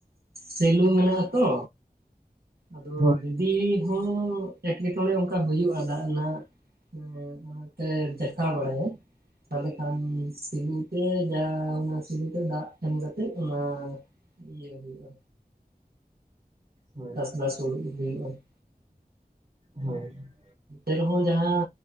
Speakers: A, on the right; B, on the right.
A: ᱥᱮᱞᱩ ᱢᱮᱱᱟᱜ ᱟᱛᱚ ᱟᱫᱚ
B: ᱦᱳᱭ
A: ᱡᱩᱫᱤ ᱦᱚᱸᱜ ᱮᱴᱠᱮ ᱴᱚᱬᱮ ᱚᱸᱠᱟ ᱦᱩᱭᱩᱜᱼᱟ ᱫᱟᱜ ᱨᱮᱱᱟᱜ ᱮᱸ ᱚᱱᱟᱛᱮ ᱫᱮᱠᱷᱟᱣ ᱵᱟᱲᱟᱭᱟᱭ, ᱛᱟᱦᱚᱞᱮ ᱠᱷᱟᱱ ᱥᱤᱞᱩ ᱛᱮ ᱡᱟᱦᱟᱸ ᱚᱱᱟ ᱥᱤᱞᱩ ᱛᱮ ᱫᱟᱜ ᱮᱢ ᱠᱟᱛᱮᱫ ᱚᱱᱟ ᱤᱭᱟᱹ ᱦᱩᱭᱩᱜᱼᱟ,
B: ᱦᱳᱭ
A: ᱪᱟᱥᱵᱟᱥ ᱠᱚ ᱦᱩᱲᱩ ᱤᱨ ᱦᱩᱭᱩᱜᱼᱟ ᱾
B: ᱦᱮᱸ,
A: ᱮᱱ ᱨᱮᱦᱚᱸ ᱡᱟᱦᱟᱸ